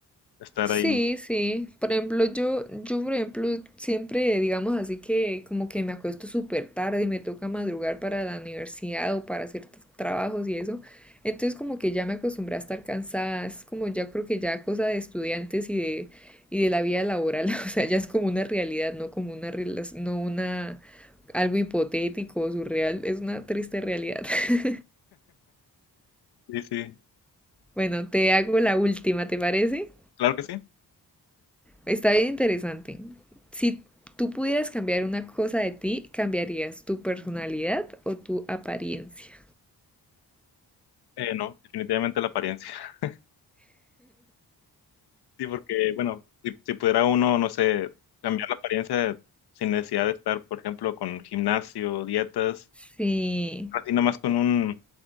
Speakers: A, on the left (about 70°); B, in the centre.
A: estar
B: Sí,
A: ahí.
B: sí. Por ejemplo, yo, yo, por ejemplo, siempre, digamos así que como que me acuesto súper tarde y me toca madrugar para la universidad o para hacer t- trabajos y eso. Entonces como que ya me acostumbré a estar cansada. Es como ya creo que ya cosa de estudiantes y de, y de la vida laboral. <laughs> O sea, ya es como una realidad, no como una, rela- no una, algo hipotético o surreal. Es una triste realidad. <laughs>
A: Sí, sí,
B: Bueno, te hago la última, ¿te parece?
A: claro que sí.
B: Está bien interesante. Si tú pudieras cambiar una cosa de ti, ¿cambiarías tu personalidad o tu apariencia?
A: Eh, no, definitivamente la apariencia. <laughs> Sí, porque, bueno, si, si pudiera uno, no sé, cambiar la apariencia sin necesidad de estar, por ejemplo, con gimnasio, dietas,
B: Sí.
A: así nomás con un,